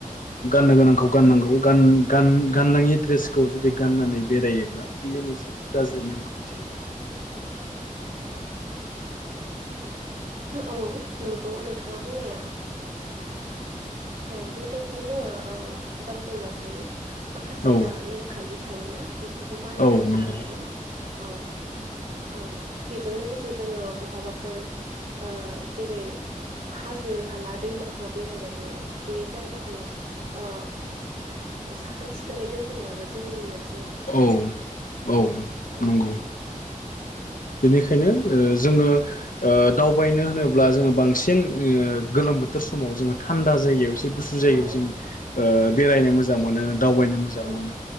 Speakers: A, on the left (about 75°); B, on the right (about 85°).
A: गाननो गोनांखौ गाननांगौ गान गान गाननाङि दड्रेसखौ जुदि गाननानै बेरायोब्ला बेयो मोनसे गाज्रि नेमखान्थियाव गोग्लैगोन आरो <inaudible>
B: औ नोंगौ नोंथाङा बुंनाया अ बेबायदिनो जोङो ओ दावबायबाथाय माखासे
A: औ
B: दा नेमखान्थि थायोना बेफोरखौ मानिनानै
A: औ नंगौ
B: लानांगौ औ ओम बेजों लोगोसे जोङो बहाबाफोर ओ जेरै हाजो हाला दैमाफ्राव बेरायबाथाय बे जायगाखौ ओ साखोन सिखोनै दोनबोनायाबो जोंनि मोन
A: औ औ
B: ओ
A: नंगौ बेनिखायनो ओ जोङो ओ दावबायनो होनोब्ला जोङो बांसिन उम गोलोम बोथोर समाव जोङो थान्दा जायगायाव एसे गुसु जायगायाव
B: औ
A: जों ओ बेरायनो मोजां मोनो दावबायनो मोजां
B: औ
A: मोनो